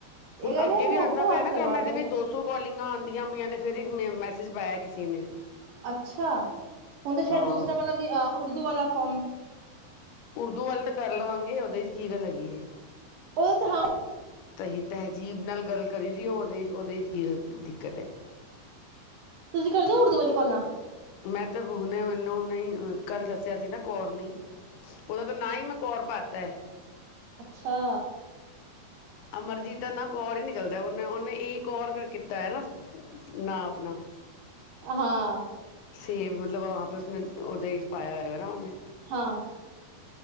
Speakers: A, on the right (about 75°); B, on the left (about 85°).
A: ਇਹ
B: ਹੁਣ
A: ਕਹਿੰਦੇ
B: ਅੱਗੇ ਵੀ
A: ਹੱਥੋਂ
B: ਆਉਂ ਪਿਆ
A: ਹੱਥ
B: ਨਾ
A: ਕਰਵਾ
B: ਕੰਮ ਦੇ ਵਿੱਚ ਦੋ ਸੌ ਕਾਲਿੰਗਾਂ ਆਉਂਦੀ ਪਆਂ ਨੇ ਸਵੇਰੇ ਮੈਂ ਮੈਸੇਜ ਪਾਇਆ ਕਿੇ ਨੇ
A: ਅੱਛਾ ਹੁਣ ਤਾਂ ਸ਼ਾਇਦ
B: ਹਾਂ
A: ਦੂਸਰਿਆਂ ਵਾਲਾ ਵੀ ਅਹ ਉਰਦੂ ਵਾਲਾ <inaudible>
B: ਉਰਦੂ ਵਾਲਾ ਤਾਂ ਕਰ ਲਵਾਂਗੇ ਗੱਲ ਹੈਗੀ ਹੈ
A: ਉਹ ਤਾਂ ਹਾਂ
B: ਸਹੀ ਤਹਿਜ਼ੀਬ ਨਾਲ ਗੱਲ ਕਰੀ ਦੀਓ ਉਹਦੇ ' ਉਹਦੇ ' ਕੀ ਦਿੱਕਤ ਹੈ
A: ਤੁਸੀਂ ਕਰਦੇ ਹੋ ਉਰਦੂ ਵਾਲੀ ਕੋਾਲਾਂ
B: ਮੈਂ ਤੇ ਹੁਨੇ ਮੈਨੂੰ ਨਹੀਂ ਕੱਲ ਦੱਸਿਆ ਸੀ ਨਾ ਕੌਰ ਨਹੀਂ ਉਹਦਾ ਤਾਂ ਨ ਹੀ ਮੈਂ ਕੌਰ ਪਾਤਾ ਹੈ
A: ਅੱਛਾ
B: ਅਮਰਜੀਤ ਦਾ ਨਾ ਕੋਰ ਹੀ ਨਿਕਲਦਾ ਉਹਨੇ ਉਹਨੇ ਕਰ ਕੀਤਾ ਹੈ ਨਾ ਨਾ ਆਪਣਾ
A: ਹਾਂ
B: ਸੇਫ ਮਤਲਬ ਉਸਨੇ ਉਹਦੇ ਪਾਇਆ ਹੋਏਗਾ ਨਾ ਉਹਨੇ
A: ਹਾਂ